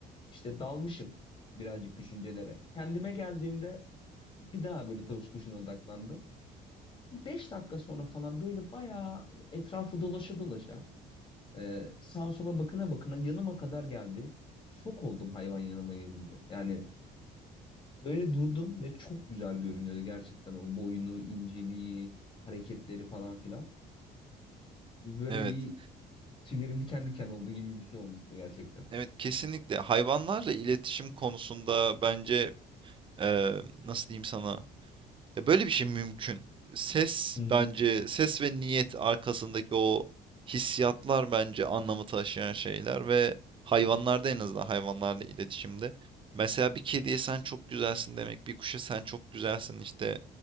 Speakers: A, on the left (about 30°); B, on the right (about 30°).
A: işte dalmışım birazcık düşüncelere. Kendime geldiğimde bir daha böyle tavus kuşuna odaklandım. Bir 5 dakika sonra falan böyle bayağı etrafı dolaşa dolaşa e, sağa sola bakına bakına yanıma kadar geldi. Şok oldum hayvan yanıma gelince. Yani böyle durdum ve çok güzel görünüyordu gerçekten o boynu, inceliği, hareketleri falan filan. Böyle
B: Evet.
A: bir tüylerim diken diken olduğu gibi bir şey olmuştu gerçekten.
B: Evet kesinlikle hayvanlarla iletişim konusunda bence eee, nasıl diyeyim sana Ya böyle bir şey mümkün. Ses
A: Hı hı.
B: bence ses ve niyet arkasındaki o hissiyatlar bence anlamı taşıyan şeyler ve hayvanlarda en azından hayvanlarla iletişimde. Mesela bir kediye sen çok güzelsin demek, bir kuşa sen çok güzelsin işte